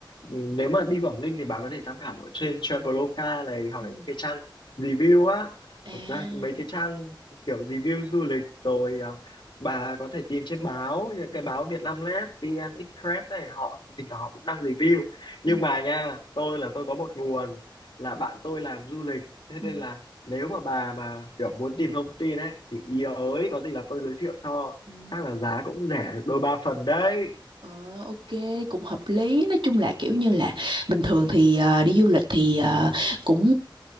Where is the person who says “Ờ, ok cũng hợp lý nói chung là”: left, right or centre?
Right